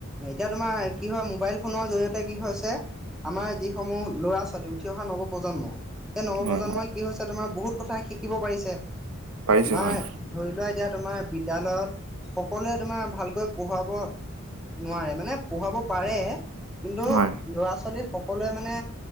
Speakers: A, in the centre; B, on the right (about 80°).
A: এতিয়া তোমাৰ কি হয় মোবাইল ফোনৰ জৰিয়তে কি হৈছে। আমাৰ যিসমূহ ল'ৰা ছোৱালী উঠি অহা নৱপ্ৰজন্ম এই নৱপ্ৰজন্মই
B: হয় হয়
A: কি হৈছে তোমাৰ বহুত কথা শিকিব পাৰিছে।
B: পাৰিছে
A: তোমাৰ
B: হয়
A: ধৰি লোৱা এতিয়া তোমাৰ বিদ্যালয়ত সকলোৱে তোমাৰ ভালকৈ পঢ়োৱাব নোৱাৰে মানে পঢ়াব পাৰে কিন্তু
B: হয়
A: ল'ৰা ছোৱালী সকলোৱে মানে